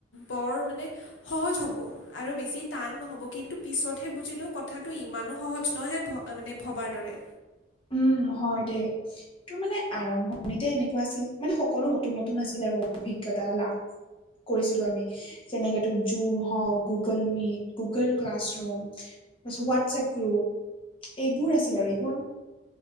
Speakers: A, on the left; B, on the left.
A: বৰ মানে সহজ হ'ব। আৰু বেছি টান নহ'ব, কিন্তু পিছতহে বুজিলো কথাটো ইমানো সহজ নহয়হে মানে ভবাৰ দৰে।
B: উম হয় দে। তোৰ মানে আৰম্ভণিতে এনেকোৱা আছিল মানে সকলো নতুন নতুন আছিল আৰু অভিজ্ঞতা লাভ কৰিছিলো আমি। যেনেকে তোৰ জুম হওক, গুগল মিট, গুগল ক্লাছৰুম তাৰপিছত হোৱাটছএপ গ্ৰুপ এইবোৰ আছিল আৰু, এইবোৰ